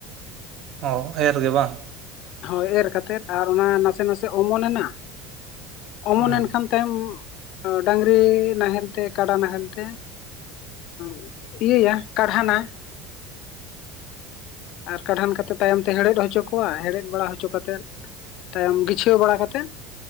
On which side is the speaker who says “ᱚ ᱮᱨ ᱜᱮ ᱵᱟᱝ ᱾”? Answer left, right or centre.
Right